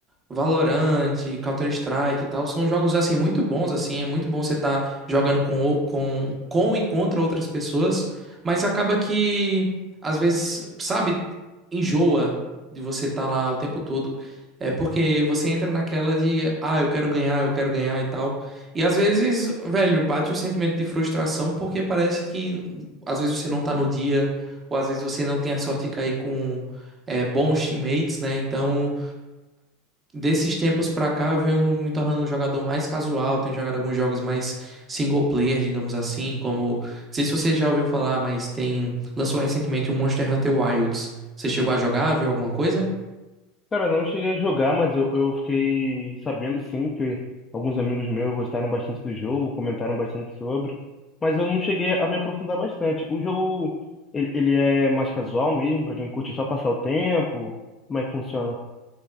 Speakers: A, on the right; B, on the left.
A: Valorant, Counter-Strike e tal, são jogos assim muito bons assim, é muito bom você estar jogando com, o- com com e contra outras pessoas, mas acaba que às vezes, sabe, enjoa de você estar lá o tempo todo. É porque você entra naquela de, ah, eu quero ganhar, eu quero ganhar e tal. E às vezes, velho, bate um sentimento de frustração porque parece que às vezes você não tá no dia, ou às vezes você não tem a sorte de cair com é, bons teammates, né? Então, Desses tempos pra cá, eu venho me tornando um jogador mais casual. Tenho jogado alguns jogos mais single player, digamos assim, como. Não sei se você já ouviu falar, mas tem. Lançou recentemente o Monster Hunter Wilds. Você chegou a jogar, viu alguma coisa?
B: Cara, não cheguei a jogar, mas eu, eu fiquei sabendo sim, que alguns amigos meus gostaram bastante do jogo, comentaram bastante sobre, mas eu não cheguei a me aprofundar bastante. O jogo, ele, ele é mais casual mesmo, pra quem curte só passar o tempo? Como é que funciona?